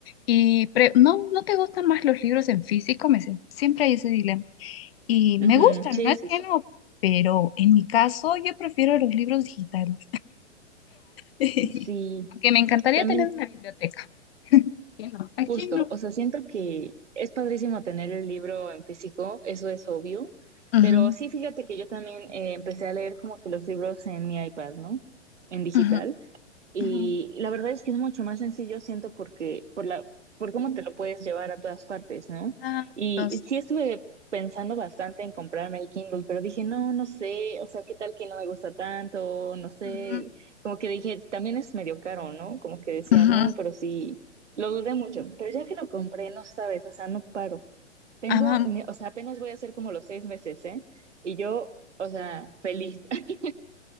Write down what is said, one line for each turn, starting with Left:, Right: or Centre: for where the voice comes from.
Left: Y pre- no, no te gustan más los libros en físico, me dicen. Siempre hay ese dilema. Y
Right: ujú,
Left: me gustan,
Right: Sí,
Left: no es
Right: sí,
Left: que
Right: sí.
Left: no, pero en mi caso yo prefiero los libros digitales. <laughs>
Right: Sí,
Left: Aunque me encantaría
Right: también
Left: tener una biblioteca. ¿Quién no? ¿A
Right: justo,
Left: quién no?
Right: o sea, siento que es padrísimo tener el libro en físico, eso es obvio,
Left: Ujú,
Right: pero sí, fíjate que yo también eh, empecé a leer como que los libros en mi iPad, ¿no? En digital.
Left: ujú,
Right: Y
Left: ujú.
Right: la verdad es que es mucho más sencillo, siento, porque por la, por cómo te lo puedes llevar a todas partes, ¿no?
Left: Ah,
Right: Y
Left: dos.
Right: sí estuve pensando bastante en comprarme el Kindle, pero dije, no, no sé, o sea, ¿qué tal que no me gusta tanto? No sé,
Left: Ujú,
Right: como que dije, también es medio caro, ¿no? Como que decía,
Left: ujú.
Right: no, pero sí, lo dudé mucho, pero ya que lo compré, no sabes, o sea, no paro. Tengo,
Left: Ama-
Right: ni- o sea, apenas voy a hacer como los seis meses, ¿eh? Y yo, o sea, feliz. <laughs>